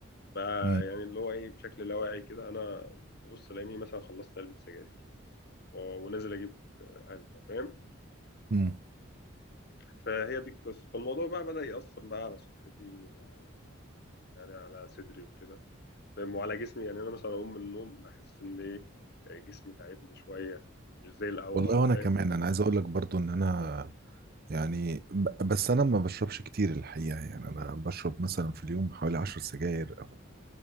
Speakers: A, on the left; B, on the right.
A: بقى
B: امم
A: يعني اللي هو ايه بشكل لا واعي كده انا ببص لاني مثلا خلصت علبه سجاير و- ونازل اجيب آه، علبه فاهم
B: امم
A: فهي دي القصه فالموضوع بقى بدأ يأثر بقى على صحتي وعلى يعني على صدري وكده فاهم وعلى جسمي يعني انا مثلا اقوم من النوم احس ان ايه جسمي تعبني شويه مش زي الاول
B: والله وانا
A: فاهم
B: كمان انا عايز اقول لك برضو ان انا يعني ب- بس انا ما بشربش كتير الحقيقة يعني انا بشرب مثلا في اليوم حوالي عشر سجاير او